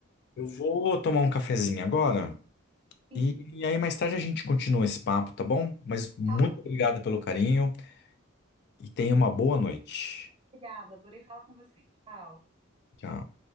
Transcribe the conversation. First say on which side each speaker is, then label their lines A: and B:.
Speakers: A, on the left; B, on the right.
A: Eu vou tomar um cafezinho agora
B: Sim,
A: e, e aí mais tarde a gente continua esse papo, tá bom? Mas muito
B: tá bom, querido.
A: obrigado pelo carinho e tenha uma boa noite.
B: Obrigada, adorei falar com você. Tchau.
A: Tchau.